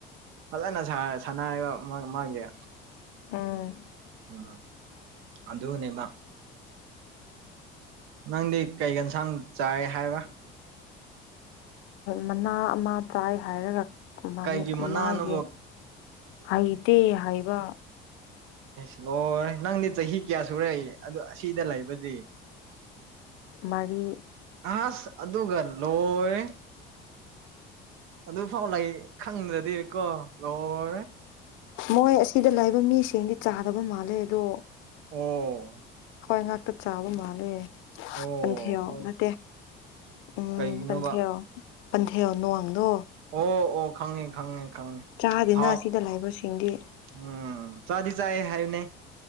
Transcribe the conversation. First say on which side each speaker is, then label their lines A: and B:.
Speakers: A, on the right (about 80°); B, on the left (about 75°).
A: ꯐꯖꯅ <unintelligible> ꯃꯥꯒꯤ
B: ꯎꯝ
A: ꯎꯝ ꯑꯗꯨꯅꯦꯕ ꯅꯪꯗꯤ ꯀꯩ ꯌꯦꯟꯁꯥꯡ ꯆꯥꯏ ꯍꯥꯏꯕ꯭ꯔ
B: ꯃꯅꯥ ꯑꯃ ꯆꯥꯏ ꯍꯥꯏꯔꯒ
A: ꯀꯩꯒꯤ ꯃꯅꯥꯅꯣꯕ
B: ꯃꯥꯒꯤ ꯍꯩꯇꯦ ꯍꯥꯏꯕ
A: ꯑꯂꯣꯏ ꯅꯪꯗꯤ ꯆꯍꯤ ꯀꯌꯥ ꯁꯨꯔꯏ ꯑꯗꯨ ꯑꯁꯤꯗ ꯂꯩꯕꯗꯤ
B: ꯃꯔꯤ
A: ꯑꯁ ꯑꯗꯨꯒ ꯂꯣꯏꯔꯦ ꯑꯗꯨꯐꯥꯎ ꯂꯩ ꯈꯪꯗ꯭ꯔꯗꯤꯔꯀꯣ ꯂꯣꯏꯔꯦ
B: ꯃꯣꯏ ꯑꯁꯤꯗ ꯂꯩꯕ ꯃꯤꯁꯤꯡꯗꯤ ꯆꯥꯗꯕ ꯃꯥꯜꯂꯦ ꯑꯗꯣ
A: ꯑꯣ
B: ꯍꯣꯏ ꯉꯥꯛꯇ ꯆꯥꯕ ꯃꯥꯜꯂꯦ
A: ꯑꯣ
B: ꯄꯟꯊꯦꯌ
A: ꯍꯣꯏ
B: ꯅꯠꯇꯦ ꯎꯝ
A: ꯀꯩꯒꯤꯅꯣꯕ
B: ꯄꯟꯊꯦꯔꯣ ꯄꯟꯊꯦꯌꯣ ꯅ ꯋꯥꯡꯗꯣ
A: ꯑꯣ ꯑꯣ ꯈꯪꯉꯦ ꯈꯪꯉꯦ ꯈꯪꯉꯦ
B: ꯆꯥꯗꯦꯅ
A: ꯍꯥꯎ
B: ꯁꯤꯗ ꯂꯩꯕꯁꯤꯡꯗꯤ
A: ꯎꯝ ꯆꯗꯤ ꯆꯑ ꯍꯥꯏꯅꯦ